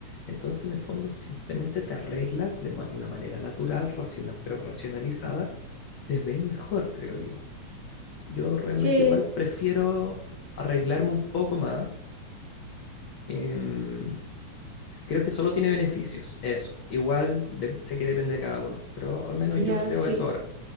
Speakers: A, on the left; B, on the right.
A: Entonces, en el fondo, simplemente te arreglas de ma- una manera natural, racional, pero racionalizada, te ves mejor, creo yo. Yo realmente
B: Sí,
A: igual prefiero arreglarme un poco más. Em, creo que solo tiene beneficios, eso. Igual de- sé que depende de cada uno, pero al menos
B: ya,
A: yo creo
B: sí.
A: eso ahora.